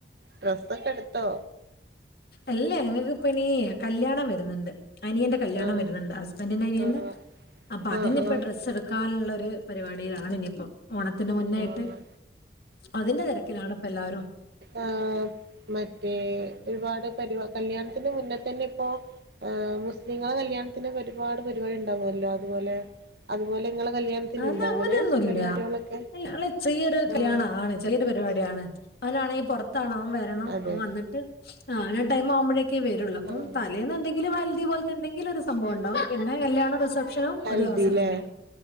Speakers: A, on the right; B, on the left.
A: ഡ്രസ്സൊക്കെ എടുത്തോ.
B: അല്ലേ ഞങ്ങക്ക് ഇപ്പം ഇനി കല്യാണം വരുന്നുണ്ട് അനിയന്റെ കല്യാണം
A: ആഹ്
B: വര്ന്ണ്ട് ഹസ്ബന്റിന്റെ അനിയന്റെ
A: ആഹ്
B: അപ്പൊ അതിനിപ്പൊ
A: ആഹ് ആഹ്
B: ഡ്രസ്സ്‌ എടു ക്കാനുള്ളരു പരിപാടിയിലാണ് ഇനിയിപ്പം. ഓണത്തിന്റെ മുന്നായിട്ട്
A: ആഹ്
B: അതിന്റെ തിരക്കിലാണ് ഇപ്പം എല്ലാവരും
A: ഉം മറ്റേ ഒരുപാട് പരി കല്യാണത്തിന് മുന്നേ തന്നെ ഇപ്പോ മുസ്ലിങ്ങളെ കല്യാ ണ്തിനൊക്കെ ഒരുപാട് പരിപാടി ഉണ്ടാവുല്ലോ അതുപോലെ അതുപോലെ നിങ്ങള കല്യാൺത്തിനുണ്ടൊ
B: അത് അങ്ങനെയൊന്നുമില്ല.
A: അങ്ങനെ പരിപാടികളൊക്കെ.
B: ഞങ്ങള് ചെറിയൊരു കല്യാണം
A: ആഹ്
B: ആണ് ചെറിയരു പരിപാടിയാണ് അവനാണെങ്കിൽ പുറത്താണ് അവൻ വരണം
A: അതെ
B: അവൻ വന്നിട്ട്. ആഹ് അവനാ ടൈമാവുമ്പഴൊക്കേ വരുള്ളൂ അപ്പ
A: ആഹ്
B: തലേന്ന് എന്തെങ്കിലും ഹൽധി പോൽത്തെ എന്തെങ്കിലും സംഭവം ഉണ്ടാവും പിന്നെ കല്യാണ റിസെപ്ഷനും
A: ഹൽദില്ലേ
B: ഒരുദിവസം തന്നെയ